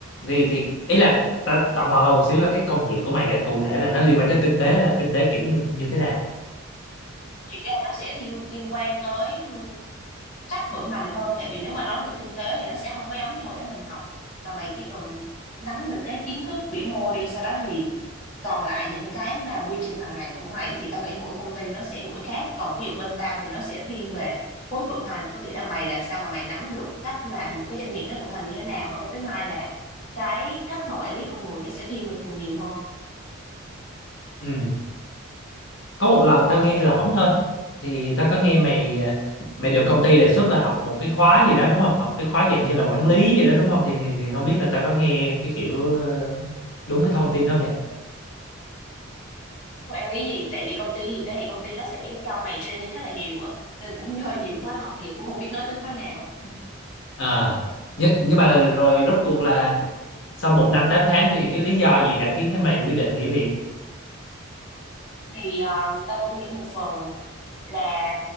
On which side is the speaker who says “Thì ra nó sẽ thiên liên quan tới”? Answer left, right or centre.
Left